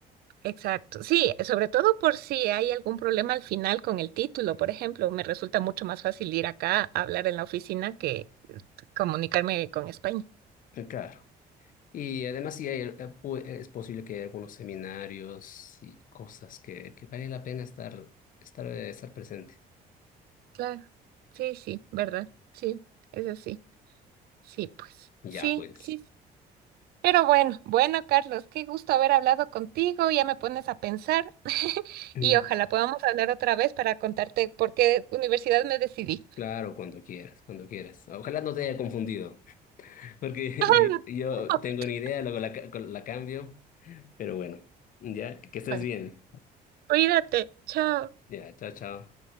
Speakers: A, on the right; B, on the left.
A: Exacto. Sí, sobre todo por si hay algún problema al final con el título, por ejemplo, me resulta mucho más fácil ir acá a hablar en la oficina que comunicarme con España.
B: Eh, Claro. Y además, sí hay, eh, pu- es posible que haya algunos seminarios y cosas que, que vale la pena estar, estar, eh, estar presente.
A: Claro. Sí, sí, ¿verdad? Sí, es así. Sí, pues.
B: Ya,
A: Sí,
B: pues.
A: sí. sí. Pero bueno, bueno, Carlos, qué gusto haber hablado contigo, ya me pones a pensar
B: Mm,
A: y ojalá podamos hablar otra vez para contarte por qué universidad me decidí.
B: Claro, cuando quieras, cuando quieras. Ojalá no te haya confundido, <laughs> porque
A: <laughs> Ajá,
B: yo yo
A: un poquito.
B: tengo una idea, luego la, ca- la cambio, pero bueno, ya, que estés
A: Bueno.
B: bien.
A: Cuídate, chao.
B: Ya, chao, chao.